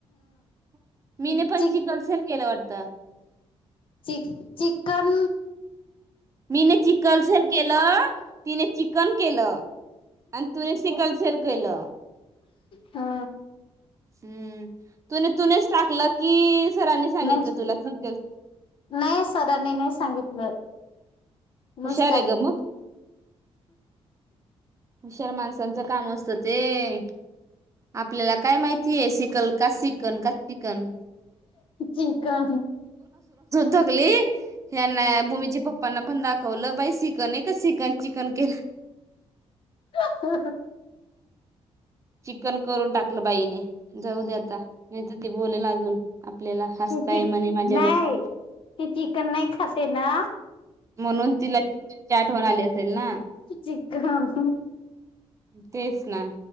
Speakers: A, on the right; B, on the left.
A: मीने
B: चिक
A: पण
B: चिक
A: चिकलसेल केलं वाटत
B: चिक चिकन
A: मीने चिकन सेल केलं तिने चिकन केलं आणि तुने सिकल सेल केलं
B: हा
A: हम्म तूने तूनेच टाकलं की सरांनी सांगितलं
B: नाही
A: तुला शिकल
B: नाही सरांनी नाही सांगितलं मस्त
A: हुशार आहे ग मग हुशार माणसांचं काम असत ते आपल्याला काय माहितीय सिकल सिकन का फिकन
B: चिकन
A: धकली यांना भूमीच्या पप्पांना पण दाखवलं बाई सिकन आहे का सिकन चिकन केलं <inaudible>
B: <inaudible>
A: चिकन करून टाकलं बाईने जाऊ दे आता नाही तर ते बोलेल अजून आपल्याला हसताय
B: ते चिक
A: म्हणे माझ्यावरचा
B: नाही ते चिकन नाही खाते ना
A: म्हणून तिला चिकन चाट म्हणाली असेल ना
B: चिकन
A: तेच ना